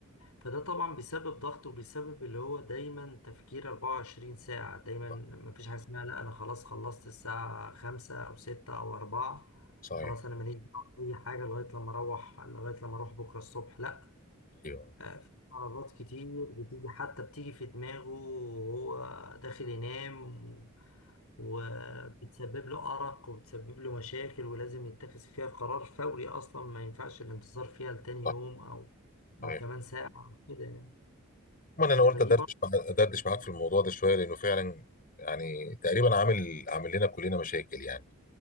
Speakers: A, on the left; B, on the left.
A: فده طبعا بيسبب ضغط وبيسبب اللي هو دايما تفكير 24 ساعة دايما
B: صح
A: مفيش حاجة اسمها لا أنا خلاص خلصت الساعة خمسة أو ستة أو أربعة
B: صحيح
A: خلاص أنا ماليش دعوة بأي حاجة لغاية لما أروح لغاية لما أروح بكرة الصبح لا
B: ايوه
A: آه، في عربات كتير بتيجي حتى بتيجي في دماغه وهو داخل ينام و- وبتسبب له أرق وبتسبب له مشاكل ولازم يتخذ فيها قرار فوري أصلا ما ينفعش الانتظار فيها لتاني
B: صح
A: يوم أو
B: صحيح
A: أو كمان ساعة أو كده يعني
B: عموما انا قلت
A: فدي
B: ادردش
A: برضه
B: مع- ادردش معاك في الموضوع ده شويه لانه فعلا يعني تقريبا عامل عامل لنا كلنا مشاكل يعني